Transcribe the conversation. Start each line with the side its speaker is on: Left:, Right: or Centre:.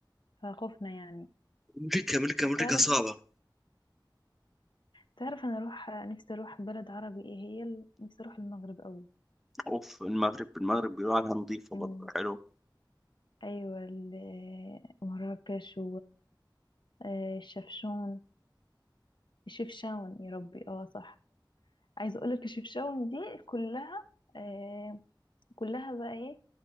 Left: فخفنا يعني
Centre: امريكا امريكا امريكا
Left: تعرف
Centre: صعبه
Left: تعرف انا اروح نفسي اروح بلد عربي ايه هي ال- نفسي اروح المغرب قوي
Centre: اوف المغرب المغرب بيقولوا عليها نظيفه
Left: امم
Centre: برضه حلو
Left: ايوه ال- مراكش والشفشون الشفشاون يا ربي اه صح عايزه اقول لك الشفشاون دي كلها آه كلها بقى ايه